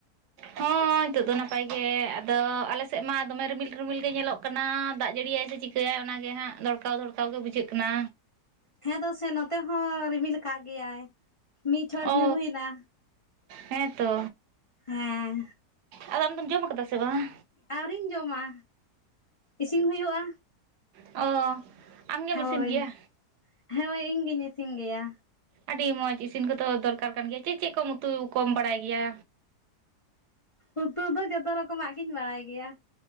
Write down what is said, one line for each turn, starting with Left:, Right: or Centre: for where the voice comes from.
Right: ᱦᱚᱸ ᱱᱤᱛᱚᱜ ᱫᱚ ᱱᱟᱯᱟᱭ ᱜᱮ ᱟᱫᱚ ᱟᱞᱮ ᱥᱮᱫ ᱢᱟ ᱫᱚᱢᱮ ᱨᱤᱢᱤᱞ ᱨᱤᱢᱤᱞ ᱜᱮ ᱧᱮᱞᱚᱜ ᱠᱟᱱᱟ ᱾ᱫᱟᱜ, ᱡᱟᱹᱲᱤᱭᱟᱭ ᱥᱮ ᱪᱤᱠᱟᱹᱭᱟᱭ ᱚᱱᱟᱜᱮ ᱦᱟᱸᱜ ᱫᱚᱲᱠᱟᱣ - ᱫᱚᱲᱠᱟᱣ ᱜᱮ ᱵᱩᱡᱷᱟᱹᱜ ᱠᱟᱱᱟ᱾
Left: ᱦᱮᱸ ᱫᱚ ᱥᱮ ᱱᱚᱛᱮ ᱦᱚᱸ ᱨᱤᱢᱤᱞ ᱟᱠᱟᱫ ᱜᱮᱭᱟᱭ, ᱢᱤᱫ ᱪᱚᱲ
Right: ᱚ
Left: ᱧᱩᱨᱩ ᱮᱱᱟ᱾
Right: ᱦᱮᱸᱛᱚ
Left: ᱦᱮᱸ
Right: ᱟᱫᱚ ᱟᱢ ᱫᱚᱢ ᱡᱚᱢ ᱠᱟᱫᱟ ᱥᱮ ᱵᱟᱝ?
Left: ᱟᱹᱣᱨᱤᱧ ᱡᱚᱢᱟ ᱤᱥᱤᱱ ᱦᱩᱭᱩᱜᱼᱟ᱾
Right: ᱚ ᱟᱢᱜᱮᱢ
Left: ᱦᱚᱭ,
Right: ᱤᱥᱤᱱ ᱜᱮᱭᱟ
Left: ᱦᱚᱭ ᱤᱧᱜᱤᱧ ᱤᱥᱤᱱ ᱜᱮᱭᱟ᱾
Right: ᱟᱹᱰᱤ ᱢᱚᱸᱡᱽ ᱤᱥᱤᱱ ᱠᱚᱫᱚ ᱫᱚᱨᱠᱟᱨ ᱠᱟᱱ ᱜᱮᱭᱟ, ᱪᱮᱫ ᱪᱮᱫ ᱠᱚᱢ ᱩᱛᱩ ᱠᱚᱢ ᱵᱟᱲᱟᱭ ᱜᱮᱭᱟ?
Left: ᱩᱛᱩ ᱫᱚ ᱡᱚᱛᱚ ᱨᱚᱠᱚᱢᱟᱜ ᱜᱤᱧ ᱵᱟᱲᱟᱭ ᱜᱮᱭᱟ᱾